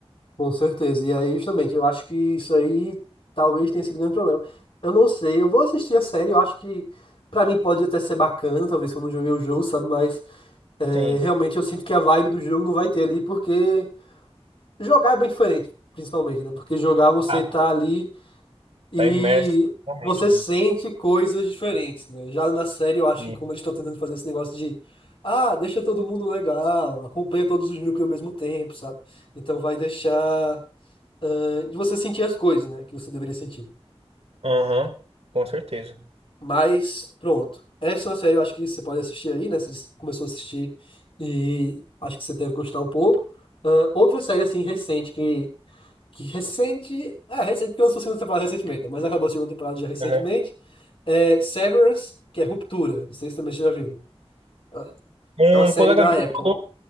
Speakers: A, on the left; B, on the right.
A: Com certeza. E aí, justamente, eu acho que isso aí talvez tenha sido o grande problema. Eu não sei, eu vou assistir a série, eu acho que pra mim pode até ser bacana, talvez se eu não joguei o jogo, sabe? Mas é,
B: Sim.
A: realmente eu sinto que a vibe do jogo não vai ter ali, porque jogar é bem diferente, principalmente, né? Porque jogar você
B: Ah,
A: tá ali e
B: tá imerso realmente
A: você sente coisas diferentes, né? Já na série eu acho
B: no...
A: que como eles estão tentando fazer esse negócio de ah, deixa todo mundo legal, acompanha todos os núcleos ao mesmo tempo, sabe? Então vai deixar eh, de você sentir as coisas, né? Que você deveria sentir.
B: Aham, com certeza.
A: Mas, pronto. Essa é uma série, eu acho que você pode assistir aí, né? Você disse que começou a assistir e acho que você deve gostar um pouco. Ah, outra série, assim, recente, que, que recente. É, recente, porque lançou a segunda temporada recentemente, né? Mas acabou a segunda temporada já recentemente.
B: Aham.
A: É Severance, que é Ruptura. Não sei se também você já viu. É
B: Um
A: é uma série
B: colega
A: da
B: meu
A: Apple.
B: falou-